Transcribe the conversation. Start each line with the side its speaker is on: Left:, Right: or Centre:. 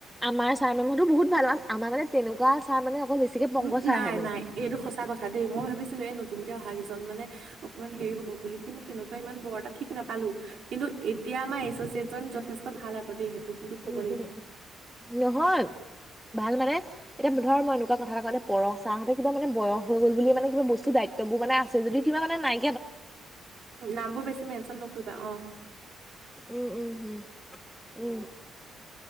Centre: আমাৰ ছাৰ মেমহতো বহুত ভাল আমাৰ মানে তেনেকুৱা ছাৰ মানে অকল বেছিকে পংকজ
Right: ওমহু
Centre: ছাৰহে
Right: নাই
Centre: মানে
Right: নাই এইটো সঁচা কথা দেই মই ভাবিছিলো এই নতুনকে অহা কেইজন মানে অকমান হেৰি হ'ব বুলি কিন্তু তেনেকুৱা ইমান বৰ এটা ঠিক নাপালো কিন্তু এতিয়া আমাৰ এচচিয়েট জন যথেষ্ট ভাল আকৌ দেই কিন্তু ক'ব
Centre: উম
Right: লাগিব
Centre: উম উম নহল ভাল মানে এতিয়া ধৰ মই এনেকুৱা কথা কওঁতে পৰশ ছাৰহঁতে কিবা মানে বয়স হৈ গল বুলিয়ে মানে কিবা বস্তু দায়িত্ববোৰ মানে আছে যদিও কিবা মানে নাই
Right: নামবোৰ বেছি মেনচন নকৰিবা অ
Centre: উম উম উম উম